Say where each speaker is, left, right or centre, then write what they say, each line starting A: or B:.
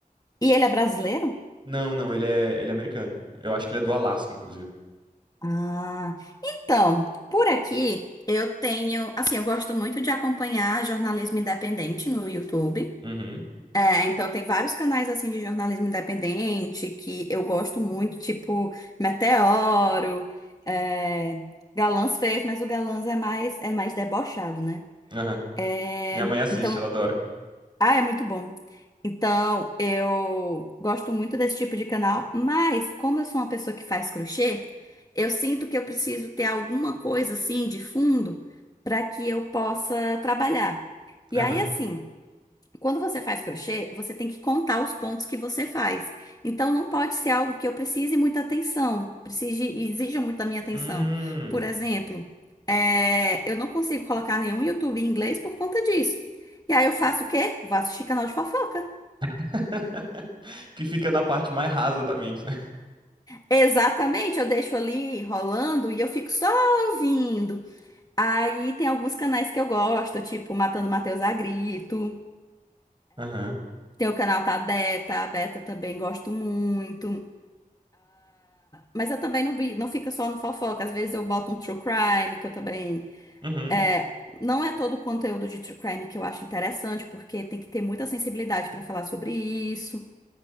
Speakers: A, on the left; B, on the right.
A: E ele é brasileiro?
B: Não, não, ele é, ele é americano. Eu acho que ele é do Alasca, inclusive.
A: Ah, então, por aqui eu tenho, assim, eu gosto muito de acompanhar jornalismo independente no YouTube.
B: Uhum,
A: É, então tem vários canais assim de jornalismo independente que eu gosto muito, tipo Meteoro, é, Galãs fez, mas o Galãs é mais é mais debochado, né?
B: aham.
A: É,
B: Minha mãe assiste,
A: então,
B: ela adora.
A: ah, é muito bom. Então, eu gosto muito desse tipo de canal, mas como eu sou uma pessoa que faz crochê, eu sinto que eu preciso ter alguma coisa assim de fundo para que eu possa trabalhar. E
B: Aham.
A: aí assim, quando você faz crochê, você tem que contar os pontos que você faz. Então, não pode ser algo que eu precise muita atenção, precise, exija muito da minha atenção.
B: Hum.
A: Por exemplo, é, eu não consigo colocar nenhum YouTube em inglês por conta disso. E aí eu faço o quê? Vou assistir canal de fofoca.
B: <laughs> Que fica na parte mais rasa da mente, né?
A: Exatamente, eu deixo ali rolando e eu fico só ouvindo. Aí tem alguns canais que eu gosto, tipo Matando Matheus a Grito.
B: Aham.
A: Tem o canal da Beta, a Beta eu também gosto muito. Mas eu também não, vi, não fica só no fofoca. Às vezes eu boto um true crime, que eu também.
B: Uhum.
A: é, não é todo o conteúdo de true crime que eu acho interessante, porque tem que ter muita sensibilidade pra falar sobre isso.